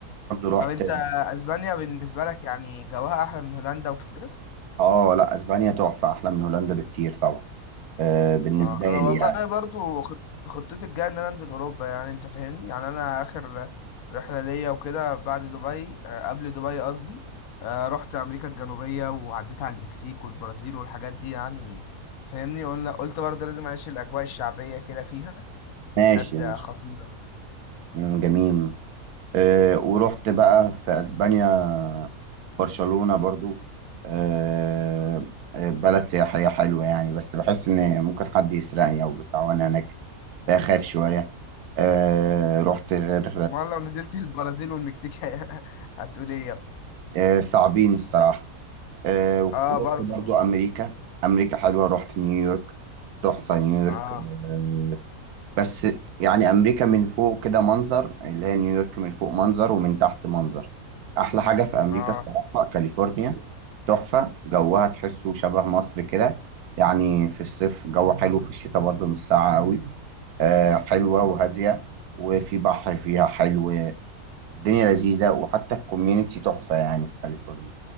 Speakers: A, on the right (about 80°); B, on the left (about 75°).
A: رحت
B: طب انت اسبانيا بالنسبة لك يعني جواها احلى من هولندا وكده
A: اه لا اسبانيا تحفه احلى من هولندا بكتير طبعا آه بالنسبه
B: اه انا
A: لي
B: والله
A: يعني
B: برضو خط- خطتي الجايه ان انا انزل اوروبا يعني انت فاهمني يعني انا اخر رحله ليا وكده بعد دبي آه، قبل دبي قصدي آه، رحت امريكا الجنوبيه وعديت على المكسيك والبرازيل والحاجات دي يعني فاهمني قلنا قلت برضه لازم اعيش الاجواء الشعبيه كده فيها بجد
A: ماشي ماشي
B: خطيره
A: مم، جميل آه ورحت بقى في اسبانيا برشلونه برضو آه آه، بلد سياحيه حلوه يعني بس بحس ان ممكن حد يسرقني او بتاع وانا هناك بخاف شويه آه رحت غير
B: والله لو نزلت البرازيل والمكسيك <laughs> هتقول ايه يا ابني
A: آه صعبين الصراحه آه
B: اه
A: ورحت
B: برضو
A: برضو امريكا امريكا حلوه رحت نيويورك تحفه نيويورك
B: اه
A: آه بس يعني امريكا من فوق كده منظر اللي هي نيويورك من فوق منظر ومن تحت منظر احلى حاجه في امريكا
B: اه,
A: الصراحه كاليفورنيا تحفه جوها تحسه شبه مصر كده يعني في الصيف جو حلو في الشتاء برضو مش ساقعه قوي آه حلوه وهاديه وفي بحر فيها حلو الدنيا لذيذه وحتى الكوميونتي تحفه يعني في كاليفورنيا